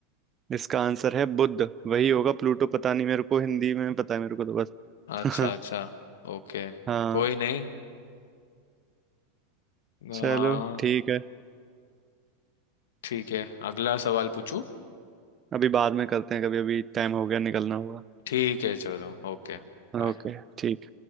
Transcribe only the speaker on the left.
अच्छा
अच्छा ओके
कोई नहीं आ,
ठीक है अगला सवाल पूछू
ठीक है चलो ओके बाय